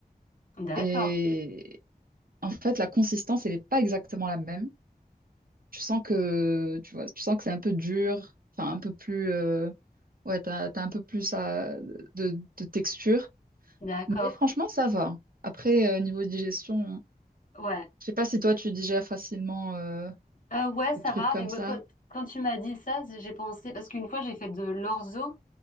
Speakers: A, on the left; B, on the right.
A: D'accord,
B: Et en fait, la consistance, elle n'est pas exactement la même. Tu sens que, tu vois, tu sens que c'est un peu dur, enfin un peu plus, euh, ouais, t'as, t'as un peu plus à- de, de texture.
A: d'accord.
B: Mais franchement, ça va. Après, euh, niveau digestion.
A: Ouais.
B: Je sais pas si toi tu digères facilement euh,
A: Euh, ouais, ça
B: des trucs
A: va,
B: comme
A: mais moi,
B: ça.
A: quand, quand tu m'as dit ça, j'ai pensé, parce qu'une fois j'ai fait de l'orzo,